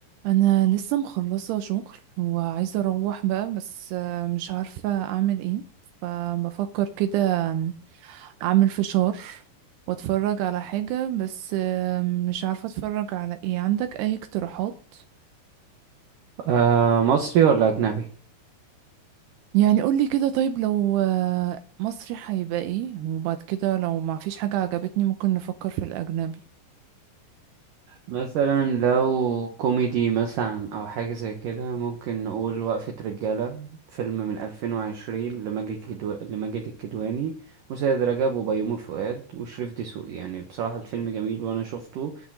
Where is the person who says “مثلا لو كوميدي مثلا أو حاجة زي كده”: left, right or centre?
Right